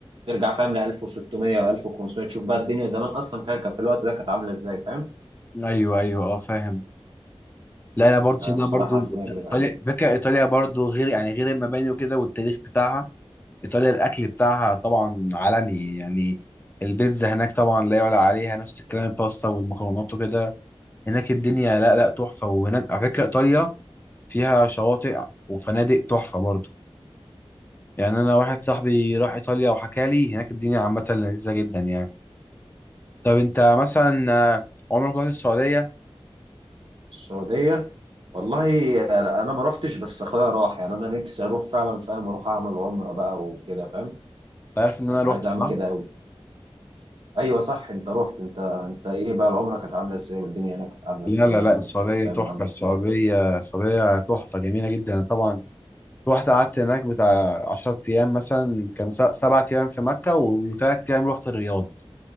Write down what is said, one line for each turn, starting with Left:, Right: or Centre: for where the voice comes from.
Right: ترجع فاهم ل 1600 و1500 تشوف بقى الدنيا زمان اصلا كان كان في الوقت ده كانت عامله ازاي فاهم
Left: ايوه ايوه اه فاهم لا انا برضه انا
Right: بصراحه
Left: برضه
Right: حاسس انها تجربه
Left: ايطاليا
Right: حلوه
Left: بكا ايطاليا برضه غير يعني غير المباني وكده والتاريخ بتاعها ايطاليا الاكل بتاعها طبعا عالمي يعني البيتزا هناك طبعا لا يعلى عليها نفس الكلام الباستا والمكرونات وكده هناك الدنيا لا لا تحفه وهناك على فكره ايطاليا فيها شواطئ وفنادق تحفه برضه يعني انا واحد صاحبي راح ايطاليا وحكى لي هناك الدنيا عامه لذيذه جدا يعني طب انت مثلا آه، عمرك رحت السعوديه انت
Right: السعوديه والله انا ما روحتش بس اخويا راح يعني انا نفسي اروح فعلا فاهم اروح اعمل عمره بقى وكده فاهم
Left: عارف ان
Right: يعني
Left: انا رحت
Right: عايز
Left: صح
Right: اعمل كده قوي ايوه صح انت رحت انت انت ايه بقى العمره كانت عامله ازاي والدنيا هناك كانت عامله
Left: لا
Right: ازاي
Left: لا لا
Right: والناس
Left: السعوديه
Right: كانت فاهم
Left: تحفه
Right: عامله
Left: السعوديه
Right: ازاي
Left: السعوديه تحفه جميله جدا أنا طبعا رحت قعدت هناك بتاع 10 ايام مثلا كان سبع ايام في مكه وثلاث ايام رحت الرياض